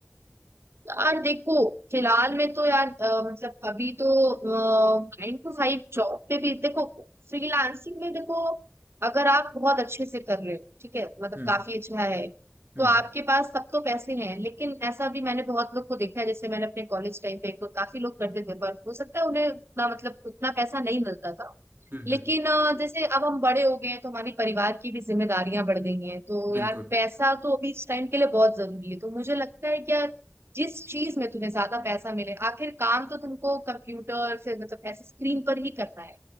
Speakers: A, on the right; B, on the right.
A: यार देखो फिलहाल में तो यार अ, मतलब अभी तो नाइन टू फाइव जॉब पे भी देखो फ्रीलांसिंग में देखो अगर आप बहुत अच्छे से कर रहे हो ठीक है मतलब
B: हम्म
A: काफी अच्छा है
B: हम्म
A: तो आपके पास सब तो पैसे हैं लेकिन ऐसा भी मैंने बहुत लोग को देखा है जैसे मैंने अपने कॉलेज टाइम पे तो काफी लोग करते थे पर हो सकता है उन्हें उतना मतलब उतना पैसा नहीं मिलता था
B: हम्म
A: लेकिन
B: हम्म
A: अ, जैसे अब हम बड़े हो गए हैं तो हमारी परिवार की भी जिम्मेदारियां बढ़ गई हैं तो यार
B: बिल्कुल
A: पैसा तो अभी इस टाइम के लिए बहुत जरूरी है तो मुझे लगता है कि यार जिस चीज में तुम्हें ज्यादा पैसा मिले आखिर काम तो तुमको कंप्यूटर से मतलब ऐसे स्क्रीन पर ही करना है